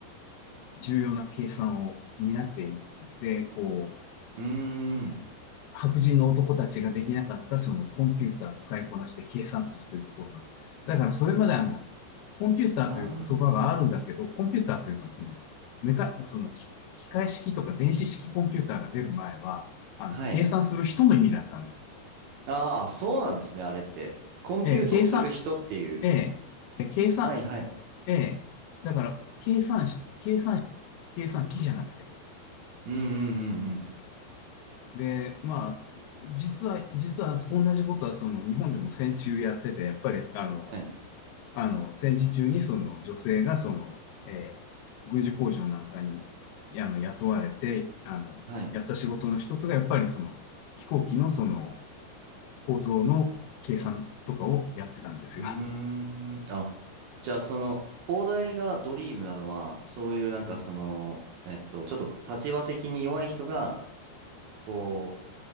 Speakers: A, on the left; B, on the right.
A: 重要な計算を担っていって、こう、
B: うーん。
A: 白人の男たちができなかったそのコンピューター使いこなして計算するというところがある。だからそれまであの、コンピューターという言葉があるんだけど、
B: あ
A: コンピューターというのはその、メカ、その機械式とか電子式コンピューターが出る前は、あの、
B: ー、はい。
A: 計算する人の意味だったんです。
B: あー、そうなんですね、あれって。コンピュートする人っていう。
A: えー計算、えー計算、
B: はいはい。
A: ええだから、計算し、計算機じゃなくて。
B: うんうんうんうん。
A: で、まあ、実は、実は同じことはその日本でも戦中やってて、やっぱり、あの、
B: はい。
A: あの、戦時中にその女性がその、えー軍需工場なんかに、あの、雇われて、あの、
B: はい。
A: やった仕事の一つがやっぱりその、飛行機のその、構造の計算とかをやってたんですよ。
B: うーん。あ、じゃあその、放題がドリームなのは、そういうなんかその、えっと、ちょっと立場的に弱い人が、こ